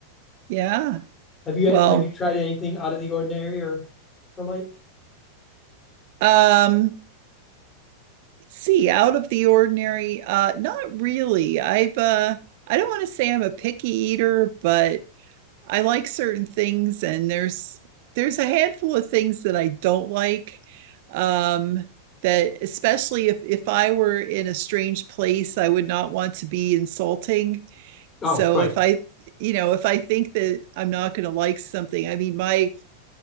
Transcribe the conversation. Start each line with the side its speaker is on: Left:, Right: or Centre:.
Right: Yeah.
Left: Have you guys-
Right: Well,
Left: have you tried anything out of the ordinary or the like?
Right: um see out of the ordinary uh not really i've uh i don't want to say i'm a picky eater but i like certain things and there's there's a handful of things that i don't like um that especially if if i were in a strange place i would not want to be insulting
Left: Oh,
Right: so
Left: right.
Right: if i you know if i think that i'm not going to like something i mean my